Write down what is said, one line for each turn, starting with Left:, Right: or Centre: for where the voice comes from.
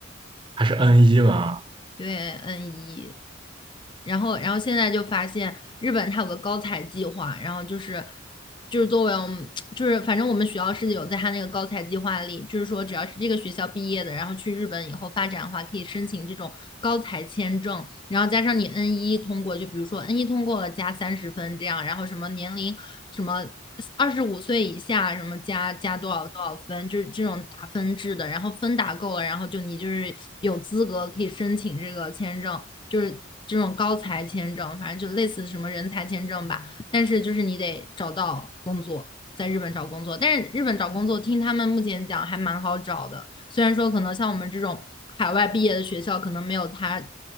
Right: 还是 N 一嘛？
Left: 对，N 一。然后，然后现在就发现日本它有个高才计划，然后就是就是作为我们就是反正我们学校是有在它那个高才计划里，就是说只要是这个学校毕业的，然后去日本以后发展的话，可以申请这种高才签证，然后加上你 N 一通过，就比如说 N 一通过了加三十分这样，然后什么年龄什么。二十五岁以下什么加加多少多少分，就是这种打分制的，然后分打够了，然后就你就是有资格可以申请这个签证，就是这种高才签证，反正就类似什么人才签证吧。但是就是你得找到工作，在日本找工作，但是日本找工作听他们目前讲还蛮好找的，虽然说可能像我们这种海外毕业的学校可能没有他